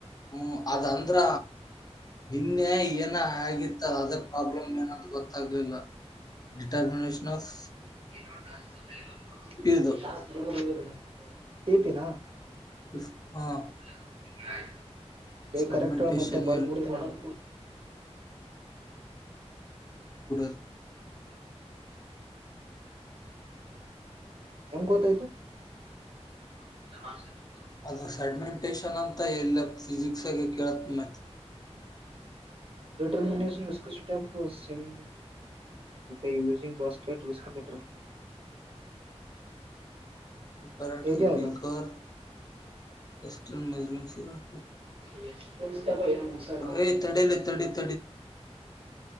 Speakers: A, on the left; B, on the right.
A: ಹ್ಮ್ ಅದ ಅಂದ್ರ ನಿನ್ನೆ ಏನ್ ಏನ ಆಗಿತ್ತು ಅದ ಪ್ರಾಬ್ಲಮ್ ಏನ ಅದ್ ಗೊತ್ತಾಗ್ಲಿಲ್ಲ ಡಿಟರ್ಮಿನೇಷನ್ಸ್
B: ಇನೊಂದು ಟಾಸ್ಕ್ ಬಂದೆ ಇಲ್ಲ ಅದು
A: ಇದು
B: ಟಾಸ್ಕ್ <unintelligible> ಓಕೆ ನಾ
A: <unintelligible>
B: <unintelligible>
A: ಸೆಗ್ಮಂಟಷನ್
B: ಕರೆಕ್ಟ್ ಹೇಳ ಮತ್ತೆ ಬರ್ದ್ ಬಿಡ್ತೀನಿ ನಾನು
A: <unintelligible>
B: ಹೆಂಗ್ ಗೊತಾಯಿತು. <inaudible>
A: ಅದು ಸೆಡ್ಮೆಂಟೇಶನ್ ಅಂತ ಎಲ್ಲ ಫಿಸಿಕ್ಸ್ಲ್ಲು ಕೇಳತ್ ಮೈತ್.
B: Determination ವಿಸಕ setup ಸಿಮ by using basket ವಿಸಕಟರ್
A: ಪರಾಠೆ
B: ಇದ್ಯಾವ್ದು
A: ಬಿಕರ್ ಎಸ್ಟನ್ ಮಜಲಿಂಗ್ ಸಿರೋಟ್. ಹ್ಮ
B: <unintelligible>
A: ಏ ತಡೀಲಿ <unintelligible>